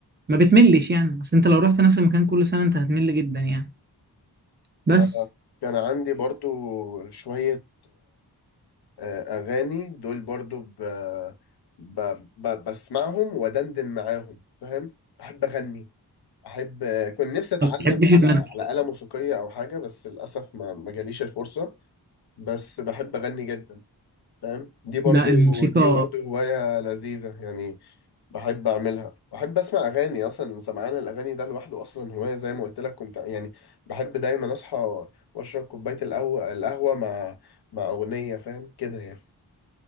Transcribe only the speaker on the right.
بتملش يعني بس انت لو رحت نفس المكان كل سنه انت هتمل جدا يعني بس
ما بتحبش المزيكا
لا الموسيقى